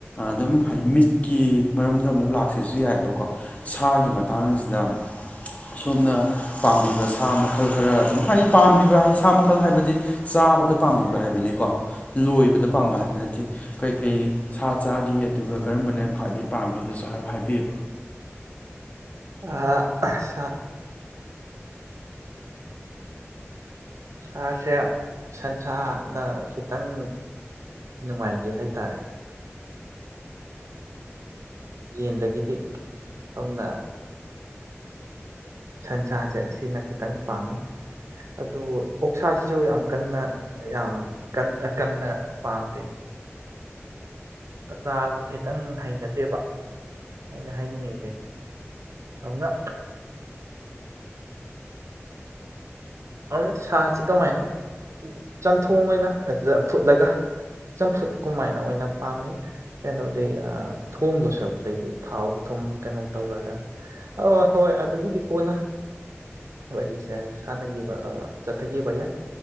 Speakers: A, on the left; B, on the right.
A: ꯑꯗꯨꯝ ꯍꯥꯏꯗꯤ ꯃꯤꯠꯀꯤ ꯃꯔꯝꯗ ꯑꯃꯨꯛ ꯂꯥꯛꯆꯁꯨ ꯌꯥꯏꯑꯕꯀꯣ ꯁꯥꯒꯤ ꯃꯇꯥꯡꯁꯤꯗ ꯁꯣꯝꯅ ꯄꯥꯝꯕꯤꯕ ꯁꯥ ꯃꯈꯜ ꯈꯔ ꯑꯗꯨꯝ ꯍꯥꯏꯗꯤ ꯄꯥꯝꯕꯤꯕ ꯍꯥꯏꯗꯤ ꯁꯥ ꯃꯈꯜ ꯍꯥꯏꯕꯗꯤ ꯆꯥꯕꯗ ꯄꯥꯝꯕꯤꯕ ꯍꯥꯏꯕꯅꯤꯀꯣ ꯂꯣꯏꯕꯗ ꯄꯥꯝꯕ ꯍꯥꯏꯕ ꯅꯠꯇꯦ ꯀꯩꯀꯩ ꯁꯥ ꯆꯥꯒꯦ ꯑꯗꯨꯒ ꯀꯔꯝꯕꯅ ꯈ꯭ꯋꯥꯏꯗꯒꯤꯩ ꯄꯥꯝꯒꯦ ꯑꯗꯨꯁꯨ ꯍꯥꯏꯔꯞ ꯍꯥꯏꯕꯤꯌꯨ
B: ꯑ ꯁꯥ ꯁꯥꯁꯦ ꯁꯟꯁꯥꯅ ꯈꯤꯇꯪ ꯅꯨꯡꯉꯥꯏꯖꯩ ꯍꯥꯏꯇꯥꯔꯦ ꯌꯦꯟꯗꯒꯤꯗꯤ ꯁꯣꯝꯅ ꯁꯟꯁꯥꯁꯦ ꯁꯤꯅ ꯈꯤꯇꯪ ꯄꯥꯝꯃꯤ ꯑꯗꯨꯕꯨ ꯑꯣꯛꯁꯥꯁꯤꯁꯨ ꯌꯥꯝ ꯀꯟꯅ ꯌꯥꯝ ꯀꯟꯅ ꯄꯥꯝꯗꯦ ꯆꯥꯕ ꯈꯤꯇꯪ ꯍꯩꯅꯗꯦꯕ ꯑꯩꯅ ꯍꯥꯏꯅꯤꯡꯉꯤꯁꯦ ꯑꯗꯨꯅ ꯑꯗꯨꯅ ꯁꯥꯁꯤ ꯀꯃꯥꯏꯅ ꯆꯝꯊꯣꯡ ꯑꯣꯏꯅ ꯐꯨꯠꯂꯒ ꯆꯝꯐꯨꯠ ꯀꯃꯥꯏꯅ ꯑꯣꯏꯅ ꯄꯥꯝꯃꯤ ꯀꯩꯅꯣꯗꯤꯩ ꯊꯣꯡꯗꯣ ꯁꯔꯨꯛꯛꯇꯩꯗꯤ ꯊꯥꯎ ꯊꯨꯝ ꯀꯩꯅꯣ ꯇꯧꯔꯒ ꯑ ꯍꯣꯏ ꯑꯗꯨꯒꯤꯗꯤ ꯀꯣꯟꯅ ꯋꯥꯔꯤꯁꯦ ꯁꯥꯟꯅꯈꯤꯕ ꯆꯠꯊꯈꯤꯕ ꯌꯥꯏ